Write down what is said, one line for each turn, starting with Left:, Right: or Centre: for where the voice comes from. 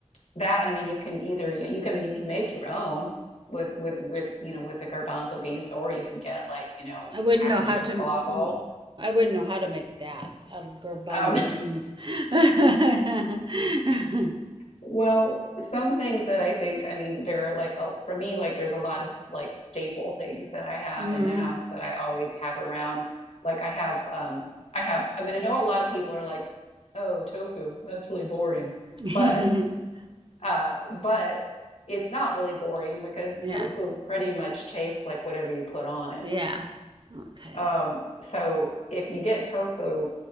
Left: that. And I mean, you can either you can. I mean, you can make your own with with with you know with the garbanzo beans, or you can get like you know
Right: I wouldn't
Left: packages
Right: know how to.
Left: of falafel.
Right: I I wouldn't know how to make that out of garbanzo
Left: Um,
Right: beans. <laughs>
Left: Well, some things that I think, I mean, there are like, a, for me, like there's a lot of like staple things that I have
Right: hmm
Left: in the house that I always have around. Like I have, um, I have, I mean, I know a lot of people are like, oh, tofu, that's really boring.
Right: <laughs>
Left: But, uh, but it's not really boring because
Right: yeah.
Left: tofu pretty much tastes like whatever you put on it.
Right: Yeah. Okay.
Left: Um, so if you get tofu,